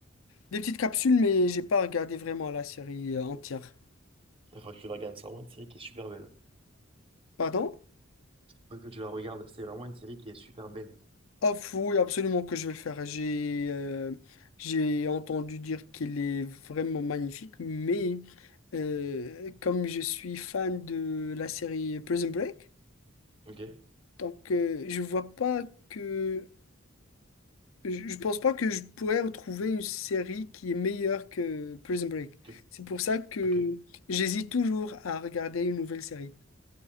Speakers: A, on the left; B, on the right.
A: des petites capsules, mais j'ai pas regardé vraiment la série euh, entière.
B: Il faudrait que tu la regardes, c'est vraiment une série qui est super belle.
A: Pardon?
B: Faut que tu la regardes, c'est vraiment une série qui est super belle.
A: Ah, fou, oui, absolument que je vais le faire. J'ai euh, j'ai entendu dire qu'il est vraiment magnifique, mais euh, comme je suis fan de la série Prison Break,
B: Ok?
A: donc euh, je vois pas que Je je pense pas que je pourrais retrouver une série qui est meilleure que Prison Break.
B: Ok.
A: C'est pour ça que
B: Ok.
A: j'hésite toujours à regarder une nouvelle série.